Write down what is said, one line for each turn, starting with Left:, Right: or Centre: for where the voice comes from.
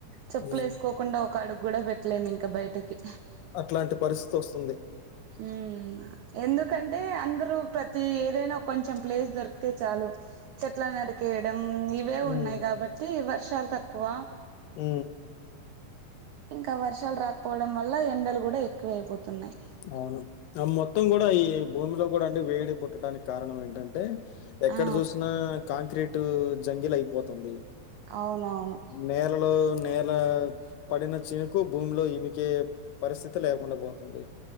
Right: చెప్పులు
Left: హ్మ్.
Right: వేసుకోకుండా ఒక అడుగు కూడా పెట్టలేము ఇంకా బయటకి
Left: అట్లాంటి పరిస్థితి వస్తుంది.
Right: ఉ ఎందుకంటే అందరు ప్రతి ఏదైనా కొంచెం ప్లేస్ దొరికితే చాలు చెట్లను నరికేయడం ఇవే
Left: హ్మ్.
Right: ఉన్నాయి కాబట్టి వర్షాలు తక్కువ
Left: ఉ
Right: ఇంకా వర్షాలు రాకపోవడం వల్ల ఎండలు కూడా ఎక్కువ అయిపోతున్నాయి.
Left: అవును మొత్తం కూడా ఈ భూమిలో కూడా అంటే వేడి పుట్టడానికి కారణం ఏంటంటే ఎక్కడ
Right: ఆ
Left: చూసినా కాంక్రీట్ జంగిల్ అయిపోతుంది.
Right: అవునవును
Left: నేలలు నేల పడిన చినుకు భూమిలో ఇమికే పరిస్థితి లేకుండా పోతుంది.